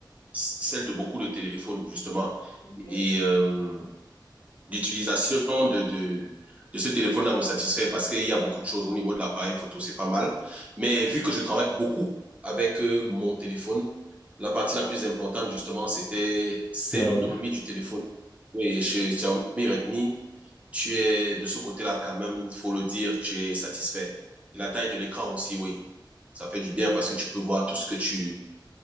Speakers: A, on the right; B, on the left.
A: celle de beaucoup de téléphones, justement.
B: ok.
A: Et euh, d'utilisation de, de, de, ce téléphone-là me satisfait parce qu'il y a beaucoup de choses au niveau de l'appareil photo, c'est pas mal. Mais vu que je travaille beaucoup avec euh, mon téléphone, la partie la plus importante, justement, c'était c'est
B: Ça
A: l'autonomie
B: va.
A: du téléphone. Et chez Xiaomi Redmi, tu es de ce côté-là quand même, il faut le dire, tu es satisfait. Et la taille de l'écran aussi, oui. Ça fait du bien parce que tu peux voir tout ce que tu...